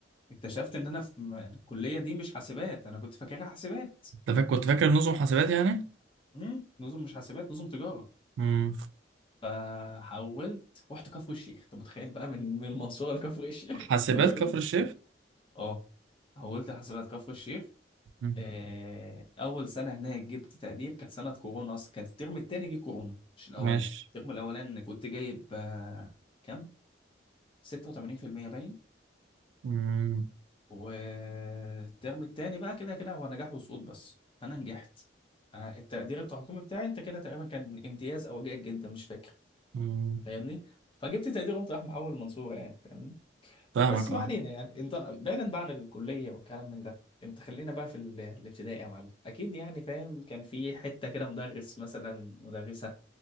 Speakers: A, on the left; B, on the right.
A: اكتشفت ان انا في يعني الكليه دي مش حاسبات انا كنت فاكرها حاسبات
B: انت فاكر كنت فاكر نظم حاسبات يعني
A: امم نظم مش حاسبات نظم تجاره
B: مم.
A: فحولت رحت كفر الشيخ طب متخيل بقى من من المنصوره لكفر الشيخ
B: حاسبات
A: <laughs>
B: كفر الشيخ
A: اه حولت حاسبات كفر الشيخ
B: مم.
A: آه، اول سنه هناك جبت تقدير كانت سنه كورونا اصلا كانت الترم التاني جه كورونا مش الاولاني
B: ماشي
A: الترم الاولاني كنت جايب آه، كام 86% باين
B: مم.
A: والترم التاني بقى كده كده هو نجاح وسقوط بس انا نجحت أنا التقدير التراكمي بتاعي انت كده تقريبا كان امتياز او جيد جدا مش فاكر
B: مم.
A: فاهمني فجبت تقدير قمت راح محول المنصوره يعني فاهمني
B: فاهمك
A: بس ما
B: اه
A: علينا يعني انت بعيدا بقى عن الكليه والكلام من ده انت خلينا بقى في ال- الابتدائي يا معلم اكيد يعني فاهم كان في حته كده مدرس مثلا مدرسه